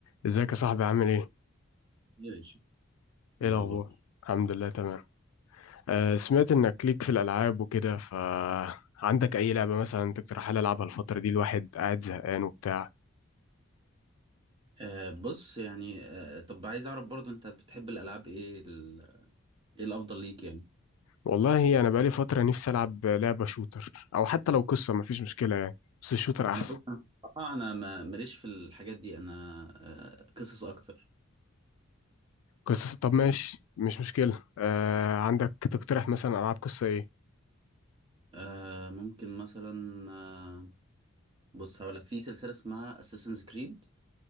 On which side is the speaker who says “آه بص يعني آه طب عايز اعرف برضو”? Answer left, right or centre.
Right